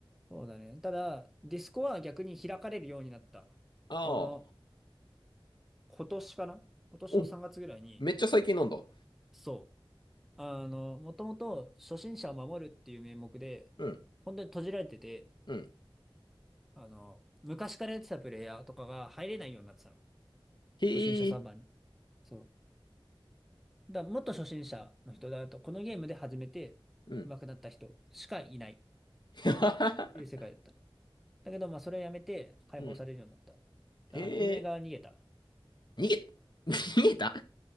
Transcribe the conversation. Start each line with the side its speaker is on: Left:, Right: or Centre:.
Centre: そうだね。ただ、ディスコは逆に開かれるようになった。
Left: ああ、
Centre: この、今年かな今年の3月ぐらいに、
Left: お、めっちゃ最近飲んだ。
Centre: そう。あの、もともと初心者を守るっていう名目で、
Left: うん、
Centre: 本当に閉じられてて、
Left: うん。
Centre: あの、昔からやってたプレイヤーとかが入れないようになってたの。
Left: へえ、
Centre: 初心者サーバーに。そう。だからもっと初心者の人だと、このゲームで初めて上手くなった人しかいないっ
Left: うん。<laughs>
Centre: ていう世界だっただけど、まあ、それをやめて解放されるようになった。
Left: うん。
Centre: だか
Left: え
Centre: らあの、運営が逃げた。
Left: ー、逃げ、<laughs> 逃げた